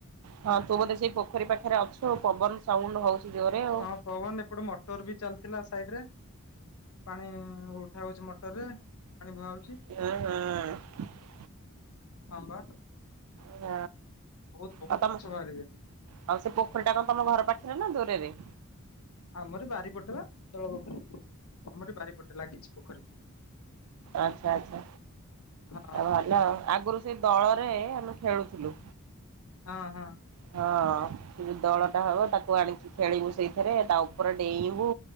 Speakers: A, on the right; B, on the left.
A: ହଁ ତୁ ବୋଧେ ସେଇ ପୋଖରୀ ପାଖରେ ଅଛୁ, ପବନ ସାଉଣ୍ଡ ହଉଛି ଜୋରେ ଆଉ।
B: ହଁ ପବନ ଏପଟେ ମଟର ବି ଚାଲିଥିଲା ସାଇଡ ରେ, ପାଣି ଉଠା ହଉଛି ମ ରେ ପାଣି ବୁହା ହଉଛି।
A: <unintelligible> ହଁ
B: ହଁ ବା।
A: <unintelligible>
B: ବହୁତ ବହୁତ
A: ଆଉ ତମେ,
B: ମାଛ ବାହାରିବେ
A: ଆଉ ସେ ପୋଖରୀ ଟା କଣ ତମ ଘର ପାଖରେ ନା ଦୂରରେ?
B: ଆମର ବାରି ପଟେବା ତଳ ପଟେ। ଆମର ବାରିପଟେ ଲାଗିଛି ପୋଖରୀ।
A: ଆଚ୍ଛା ଆଚ୍ଛା
B: ହଁ
A: ଭଲ ଆଉ ଆଗରୁ ସେଇ ଦଳରେ ଆମେ ଖେଳୁଥୁଲୁ।
B: ହଁ ହଁ।
A: ହଁ, ସେ ଯୋଉ ଦଳଟା ହବ, ତାକୁ ଆଣିକି ଖେଳିବୁ, ସେଇଥିରେ ତା ଉପରେ ଡେଇଁବୁ।